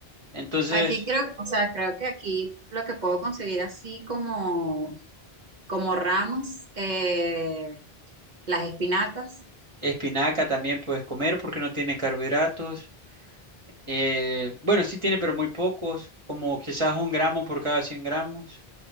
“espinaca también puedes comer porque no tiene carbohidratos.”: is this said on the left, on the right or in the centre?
Right